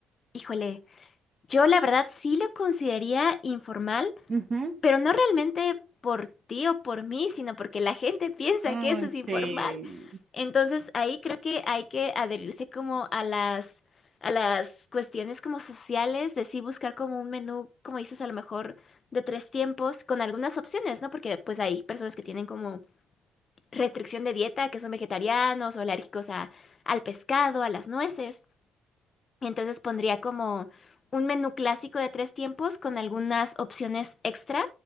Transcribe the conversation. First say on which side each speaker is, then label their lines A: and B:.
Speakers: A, on the left (about 45°); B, on the right (about 40°).
A: Híjole, yo la verdad sí lo consideraría informal
B: Ujú.
A: Pero no realmente por ti o por mí, sino porque la gente piensa
B: Ay,
A: que eso es
B: sí.
A: informal. Entonces ahí creo que hay que adherirse como a las, a las cuestiones como sociales, de sí buscar como un menú, como dices, a lo mejor de tres tiempos, con algunas opciones, ¿no? Porque pues hay personas que tienen como restricción de dieta, que son vegetarianos o alérgicos a, al pescado, a las nueces. Entonces pondría como un menú clásico de tres tiempos con algunas opciones extra